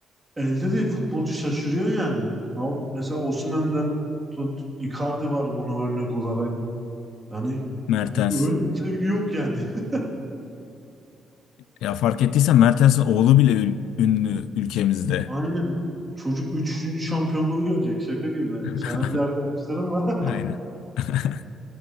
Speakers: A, on the right; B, on the left.
A: Elde değil futbolcu şaşırıyor yani. Na- Mesela Osimhen'den tut Icardi var bunu örnek olarak. Yani
B: Mertens.
A: böyle bir sevgi yok yani. <laughs>
B: Ya fark ettiysen Mertens'in oğlu bile ül- ünlü ülkemizde.
A: Aynen. Çocuk üçüncü şampiyonluğu görecek. Şaka gibi benim.
B: <laughs>
A: Fenerli arkadaşlarım var. <laughs>
B: Aynen. <laughs>